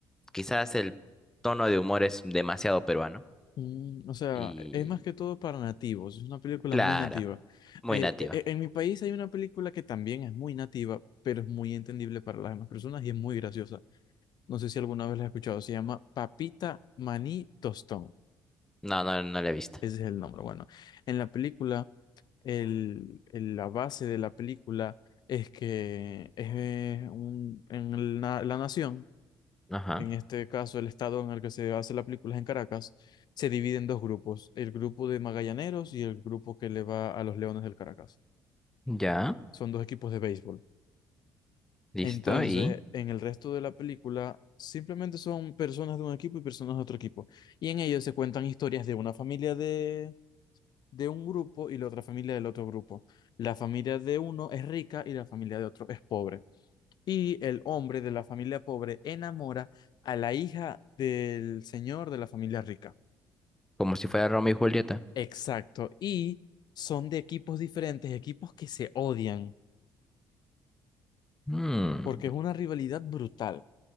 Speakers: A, in the centre; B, on the left.
A: quizás el tono de humor es demasiado peruano
B: Mm, o sea,
A: y
B: es más que todo para nativos, es una película
A: claro,
B: muy nativa.
A: muy
B: Eh,
A: nativa.
B: e- e- en mi país hay una película que también es muy nativa, pero es muy entendible para las demás personas y es muy graciosa. No sé si alguna vez la has escuchado, se llama Papita Maní Tostón,
A: No, no, no la he visto.
B: ese es el nombre. Bueno, en la película, el, el- la base de la película es que es eh, un- en la la nación
A: Ajá,
B: en este caso el estado en el que se hace la película es en Caracas, se divide en dos grupos, el grupo de Magallaneros y el grupo que le va a los Leones del Caracas.
A: ya,
B: Son dos equipos de béisbol.
A: listo,
B: Entonces,
A: y
B: en el resto de la película, simplemente son personas de un equipo y personas de otro equipo. Y en ellos se cuentan historias de una familia de, de un grupo y la otra familia del otro grupo. La familia de uno es rica y la familia de otro es pobre. Y el hombre de la familia pobre enamora a la hija del señor de la familia rica.
A: como si fuera Romeo y Julieta.
B: Exacto. Y son de equipos diferentes, equipos que se odian,
A: Mm,
B: porque es una rivalidad brutal